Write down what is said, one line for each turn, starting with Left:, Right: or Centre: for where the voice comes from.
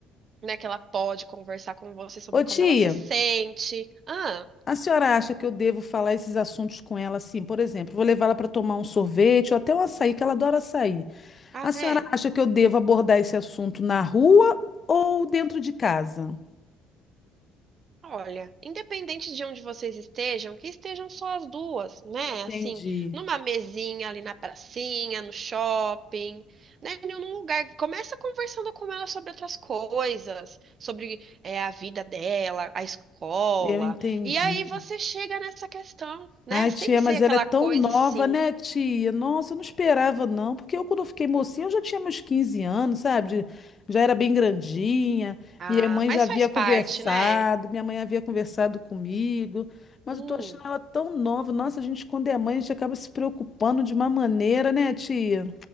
Right: né? Que ela pode conversar com você sobre
Left: Ô, tia,
Right: como ela se sente. Ah.
Left: a senhora acha que eu devo falar esses assuntos com ela assim? Por exemplo, vou levá-la para tomar um sorvete ou até um açaí, que ela adora açaí.
Right: Ah,
Left: A senhora
Right: é?
Left: acha que eu devo abordar esse assunto na rua ou dentro de casa?
Right: Olha, independente de onde vocês estejam, que estejam só as duas, né?
Left: Entendi.
Right: Assim, numa mesinha ali na pracinha, no shopping, né? Em algum lugar. Começa conversando com ela sobre outras coisas, sobre é, a vida dela, a escola.
Left: Eu entendi.
Right: E aí você chega nessa questão, né?
Left: Ai,
Right: Sem
Left: tia,
Right: ser
Left: mas
Right: aquela
Left: ela é tão
Right: coisa
Left: nova,
Right: assim,
Left: né, tia? Nossa, eu não esperava, não, porque eu, quando eu fiquei mocinha, eu já tinha meus 15 anos, sabe? De- Já era bem grandinha,
Right: ah,
Left: minha mãe
Right: mas
Left: já havia
Right: faz parte,
Left: conversado,
Right: né?
Left: minha mãe havia conversado comigo, mas
Right: Hum.
Left: eu tô achando ela tão nova. Nossa, a gente, quando é mãe, a gente acaba se preocupando de uma maneira, né, tia?